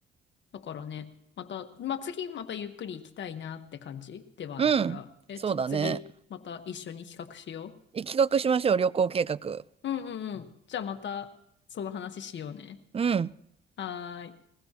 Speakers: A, on the left; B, on the right.
A: だからね、また、まあ、次またゆっくり行きたいなって感じではあるから。
B: うん、
A: え、
B: そうだね。
A: ちょっと次、また一緒に企画しよ
B: 企画しましょう、旅行計画。
A: う。うんうんうん。じゃあまた、その話しようね。
B: うん。
A: はーい。